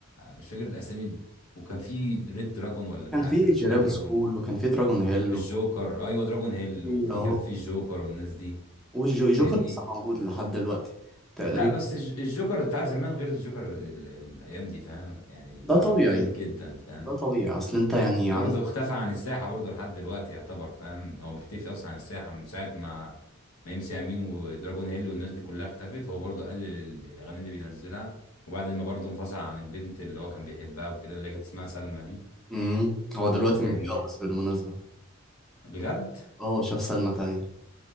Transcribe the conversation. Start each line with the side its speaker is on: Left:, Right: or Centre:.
Left: مش فاكر الاسامي وكان في ريد دراجون ولا مش
Centre: كان
Left: عارف
Centre: في
Left: كان
Centre: جيراب
Left: حاجه دراجون
Centre: سكول وكان في دراجون هيل
Left: والجوكر
Centre: وكان
Left: ايوه دراجون هيل
Centre: في
Left: وفي
Centre: اهو
Left: كان في الجوكر والناس دي
Centre: والجوكر
Left: فاهمني
Centre: لسه موجود لحد دلوقتي تقريبا
Left: لا بس الج- الجوكر بتاع زمان غير الجوكر ال- ال- الايام دي فاهم يعني
Centre: ده
Left: بقى
Centre: طبيعي
Left: مختلف جدا فاهم
Centre: ده طبيعي اصل انت يعني
Left: برضه
Centre: عندك
Left: اختفى عن الساحة برضه لحد دلوقتي يعتبر فاهم هو مختفي أصلا عن الساحة من ساعة ما ما ام سي أمين ودراجون هيل والناس دي كلها اختفت هو برضه قلل ال- الأغاني اللي بينزلها وبعد ما برضه انفصل عن البنت اللي هو كان بيحبها وكده اللي هي كانت اسمها سلمى دي
Centre: مم. هو دلوقتي
Left: فاهمني
Centre: متجوز بالمناسبة
Left: بجد
Centre: اه شاف سلمى تانية